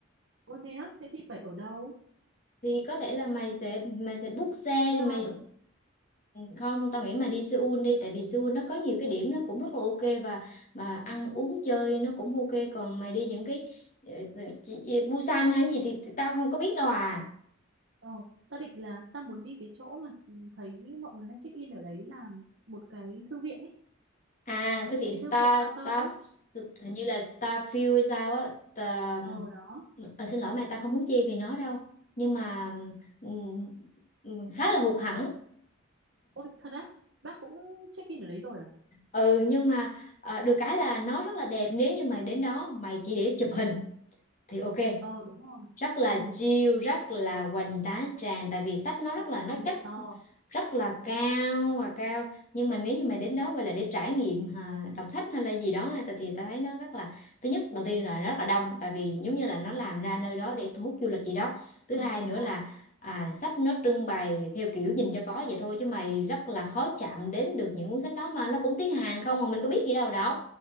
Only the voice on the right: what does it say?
Ô thế á, thế thì phải ở đâu?
Incheon
à?
Ờ, ta định là ta muốn đi cái chỗ mà ừ, thấy mọi người hay check in ở đấy là một cái thư viện ấy,
cái
thư viện to to
ấy.
Ờ đó.
Ôi thật á, bác cũng check in ở đấy rồi à?
Ờ đúng rồi.
Ừ,
ừ,
công nhận
to.
Ờ
đúng
rồi.